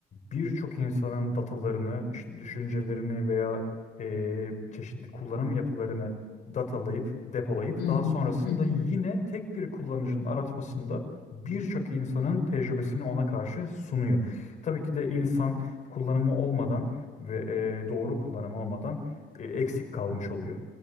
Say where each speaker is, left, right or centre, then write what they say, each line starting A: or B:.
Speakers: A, on the left; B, on the left.
A: birçok insanın datalarını, işte düşüncelerini veya e, çeşitli kullanım yapılarını datalayıp, depolayıp
B: hı
A: daha
B: hı,
A: sonrasında
B: hı hı.
A: yine tek bir kullanıcının aratmasında birçok insanın tecrübesini ona karşı sunuyor. Tabii ki de insan kullanımı olmadan ve e, doğru kullanımı olmadan e, eksik kalmış oluyor.